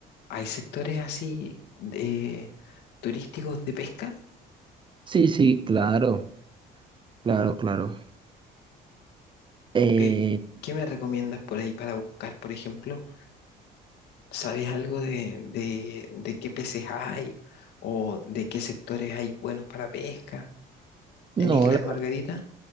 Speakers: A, on the left; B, on the right.
A: ¿hay sectores así de- turísticos de pesca?
B: Sí, sí, claro. Claro, claro. Eh,
A: ¿Qué, qué me recomiendas por ahí para buscar, por ejemplo? ¿Sabes algo de, de, de qué peces hay o de qué sectores hay buenos para pesca
B: no,
A: en Islas
B: la,
A: Margarita?